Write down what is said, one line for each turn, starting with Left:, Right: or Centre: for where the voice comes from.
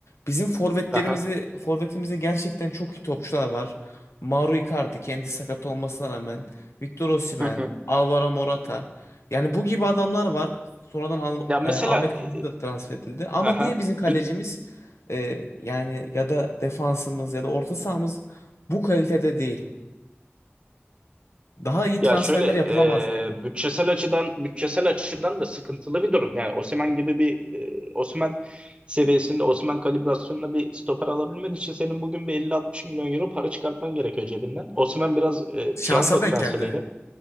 Left: Bizim forvetlerimizi
Right: Aha.
Left: forvetimizde gerçekten çok iyi topçular var. Mauro Icardi kendi sakat olmasına rağmen, Victor Osimhen,
Right: Hı hı.
Left: Alvaro Morata. Yani bu gibi adamlar var. Sonradan Al-
Right: Ya mesela
Left: e, Ahmet Kutucu
Right: e,
Left: da transfer edildi. Ama
Right: aha.
Left: niye bizim kalecimiz
Right: İlk-
Left: e, yani ya da defansımız ya da orta sahamız bu kalitede değil? Daha iyi
Right: ya
Left: transferler
Right: şöyle
Left: yapılamaz mıydı?
Right: e, bütçesel açıdan bütçesel açıdan da sıkıntılı bir durum. Yani Osimhen gibi bir e, Osimhen seviyesinde Osimhen kalibrasyonunda bir stoper alabilmen için senin bugün bir 50-60 milyon euro para çıkartman gerekiyor cebinden. Osimhen biraz e,
Left: Şansa
Right: piyango
Left: denk
Right: transferiyle
Left: geldi.